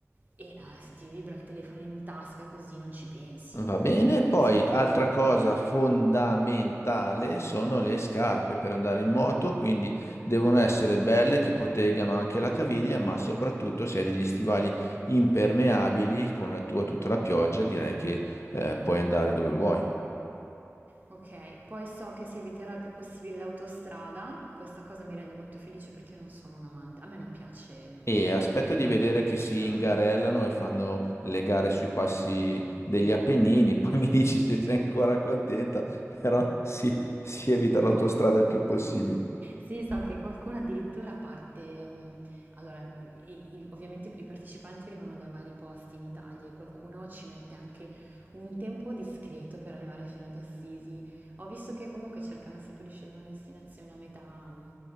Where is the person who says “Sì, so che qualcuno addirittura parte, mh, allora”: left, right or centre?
Right